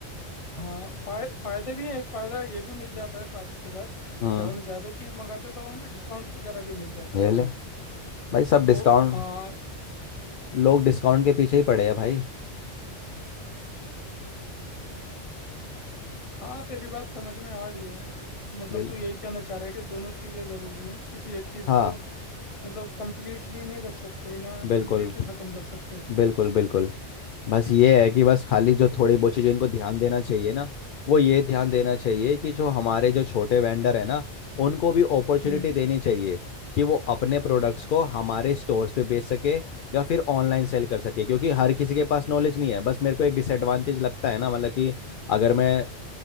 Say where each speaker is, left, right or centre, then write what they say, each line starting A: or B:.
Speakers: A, on the left (about 30°); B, on the left (about 60°).
A: हाँ फाय, फायदे भी हैं एक फायदा ये भी मिल जाता है साथ के साथ
B: हम्म
A: जब हम ज्यादा चीज मंगाते हैं तो हमें डिस्काउंट वगैरह भी मिल जाता
B: ये
A: है अच्छा
B: ले भाई सब डिस्काउंट
A: वो हाँ
B: लोग डिस्काउंट के पीछे ही पड़े हैं भाई
A: हाँ तेरी बात समझ में आ रही है मतलब
B: बिल्कुल
A: तू यही कहना चाह रहा है कि दोनों चीजें जरूरी हैं किसी एक चीज
B: हाँ
A: को मतलब कंप्लीटली नहीं रख सकते ना
B: बिल्कुल
A: कंप्लीटली खत्म कर सकते
B: बिल्कुल बिल्कुल बस ये है कि बस खाली जो थोड़ी बहुत चीजें इनको ध्यान देना चाहिए ना वो ये ध्यान देना चाहिए कि जो हमारे जो छोटे वेंडर है ना उनको भी अपॉर्चुनिटी
A: हम्म
B: देनी चाहिए कि वो अपने प्रोडक्ट्स को हमारे स्टोर्स पे बेच सके या फिर ऑनलाइन सेल कर सके क्योंकि हर किसी के पास नॉलेज नहीं है बस मेरे को एक डिसएडवांटेज लगता है ना मतलब कि अगर मैं